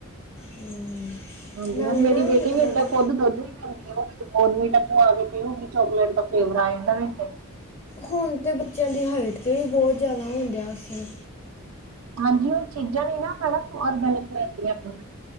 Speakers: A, on the left (about 30°); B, on the right (about 80°).
A: ਹਮ
B: ਹਾਂਜੀ,
A: ਨਾਲੇ
B: ਹੁਣ ਮੇਰੀ
A: ਨਾ
B: ਬੇਟੀ
A: ਮਤਲਬ
B: ਵੀ ਏਦਾਂ ਖੁਦ ਦੁੱਧ ਨੀਂ ਪੀਂਦੀ। ਓ ਵਿੱਚ ਬੋਨਵੀਟਾ ਪਾਕੇ ਪੀਊਗੀ, ਚੋਕਲੇਟ ਦਾ ਫਲੇਵਰ ਆ ਜਾਂਦਾ ਵਿੱਚ।
A: ਹੁਣ ਤੇ ਬੱਚਿਆਂ ਦੀ ਹਾਈਟ 'ਤੇ ਵੀ ਬੋਤ ਜਾਦਾ ਹੁੰਦੇਆ ਅਸਰ।
B: ਹਾਂਜੀ, ਹੋਨ ਚੀਜਾਂ ਨੇ ਨਾ ਮੈਡਮ ਔਰਗੈਨਿਕ ਮਿਲਦੀਆਂ ਕੋਈ।